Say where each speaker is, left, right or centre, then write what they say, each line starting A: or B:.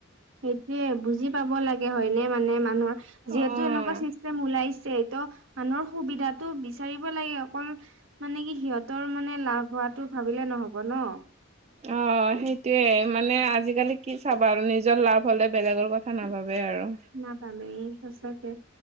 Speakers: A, on the right; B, on the right.
A: সেইটোয়ে বুজি পাব লাগে হয় নে মানে মানুহৰ যিহেতু
B: অ'
A: এনেকুৱা চিষ্টেম ওলাইছে, টো মানুহৰ সুবিধাটো বিচাৰিব লাগে অকল। মানে কি সিহঁতৰ মানে লাভ হোৱাটো ভাবিলে নহব ন।
B: অ সেইটোয়ে মানে আজিকালি। কি চাবা আৰু নিজৰ লাভ হ'লে বেলেগৰ কথা নাভাবোবে আৰু
A: নাপাব এই সঁচাকে